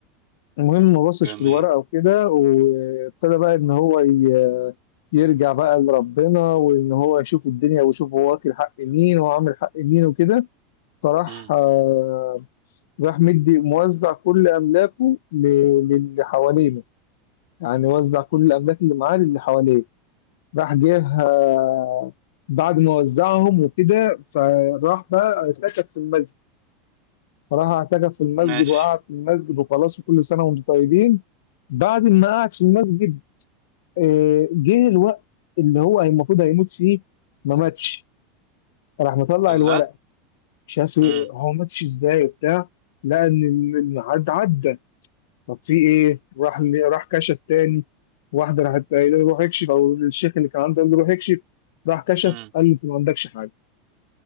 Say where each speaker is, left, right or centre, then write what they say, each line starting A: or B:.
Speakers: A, on the left; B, on the right.
A: المهم ما بصش
B: جميل
A: في الورقة وكده وابتدى بقى إن هو ي- يرجع بقى لربنا وإن هو يشوف الدنيا ويشوف هو واكل حق مين وعامل حق مين وكده فراح
B: مم.
A: آه، راح مدي موزع كل أملاكه ل- للي حوالينه يعني وزع كل الأملاك اللي معاه للي حواليه راح جه آه، بعد ما وزعهم وكده فراح بقى اتكت في المسجد فراح اعتكف في المسجد
B: ماشي
A: وقعد في المسجد وخلاص وكل سنه وانتم طيبين بعد ما قعد في المسجد آه، جه الوقت اللي هو المفروض هيموت فيه ما ماتش راح مطلع
B: الله
A: الورق شاف إيه،
B: مم.
A: هو ماتش ازاي وبتاع لقى ان الميعاد عدى طب في ايه راح ل- راح كشف تاني واحده راحت قايله له روح اكشف او الشيخ اللي كان عنده قال له روح اكشف راح كشف
B: مم.
A: قال له انت ما عندكش حاجه